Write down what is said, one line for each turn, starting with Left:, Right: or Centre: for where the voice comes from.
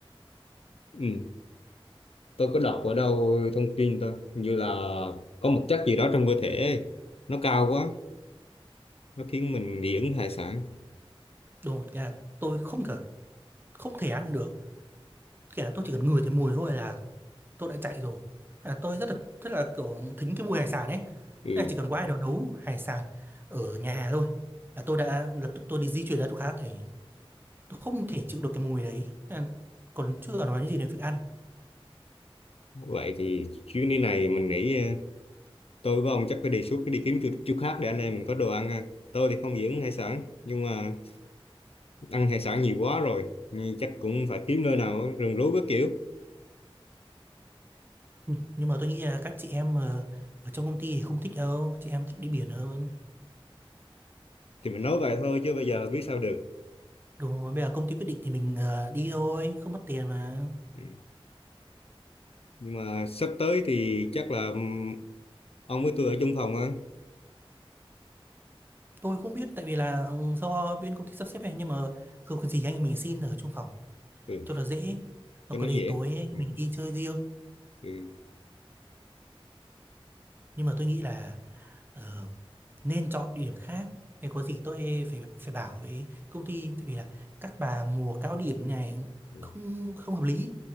Left: Ừ. tôi có đọc ở đâu thông tin tôi hình như là có một chất gì đó trong cơ thể nó cao quá nó khiến mình dị ứng với hải sản
Right: đúng rồi cái là tôi không cả không thể ăn được kể là tôi chỉ cần ngửi thấy mùi thôi là tôi đã chạy rồi à, tôi rất là rất là kiểu thính cái mùi hải sản ấy
Left: ừ.
Right: Thế là chỉ cần có ai đó nấu hải sản ở nhà thôi là tôi đã lập tức tôi đi di chuyển ra chỗ khác thì tôi không thể chịu được cái mùi đấy à, còn chưa nói đến gì đến việc ăn
Left: vậy thì chuyến đi này mình nghĩ ờ, tôi với ông chắc phải đề xuất đi kiếm chỗ, chỗ khác để anh em mình có đồ ăn ha tôi thì không dị ứng hải sản nhưng mà ăn hải sản nhiều quá rồi nhưng chắc cũng phải kiếm nơi nào rừng rú các kiểu
Right: Nh- nhưng mà tôi nghĩ là các chị em ờ, ở trong công ty thì không thích đâu chị em thích đi biển hơn
Left: thì mình nói vậy thôi chứ bây giờ biết sao được
Right: Đúng rồi bây giờ công ty quyết định thì mình ờ, đi thôi không mất tiền mà
Left: Ừ. nhưng mà sắp tới thì chắc là ừm, ông với tôi ở chung phòng á
Right: tôi không biết tại vì là ừ, do bên công ty sắp xếp này nhưng mà không có gì anh em mình xin ở chung phòng
Left: ừ,
Right: cho nó dễ nó
Left: cho
Right: có
Left: nó
Right: gì
Left: dễ
Right: tối anh em
Left: ừ.
Right: mình đi chơi riêng
Left: Thì,
Right: nhưng mà tôi nghĩ là ờ, nên chọn địa điểm khác hay có gì tôi phải phải bảo với công ty tại vì là các bà mùa cao điểm này
Left: ừ.
Right: không không hợp lý